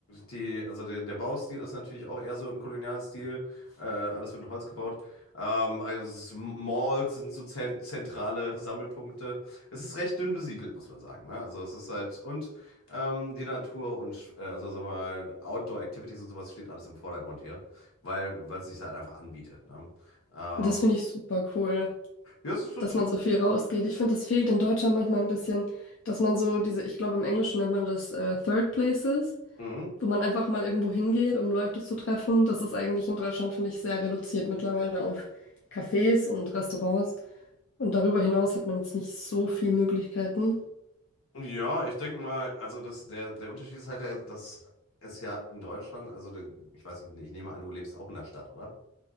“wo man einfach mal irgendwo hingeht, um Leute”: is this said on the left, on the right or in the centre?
Left